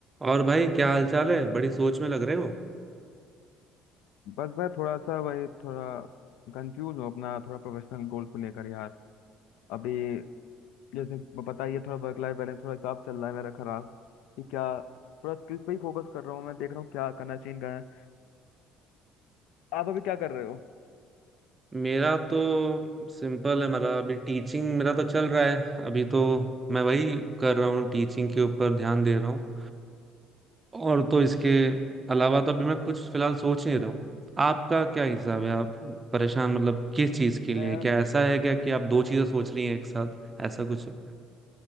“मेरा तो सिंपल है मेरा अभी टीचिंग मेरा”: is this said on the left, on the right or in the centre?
Right